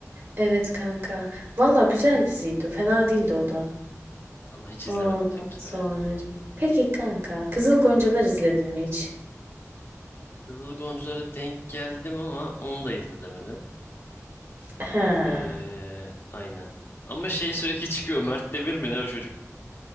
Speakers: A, on the right (about 50°); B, on the left (about 45°).
A: Evet kanka. Valla güzel diziydi. Fena değildi o da.
B: Allah hiç
A: Ondan
B: izlemedim kanki
A: sonra.
B: be.
A: Peki kanka. Kızıl Goncalar izledin mi hiç?
B: Kızıl Goncalara denk geldim ama onu da izlemedim.
A: Ha.
B: Ee, aynen. Ama şey sürekli çıkıyor. Mert Demir mi ne o çocuk?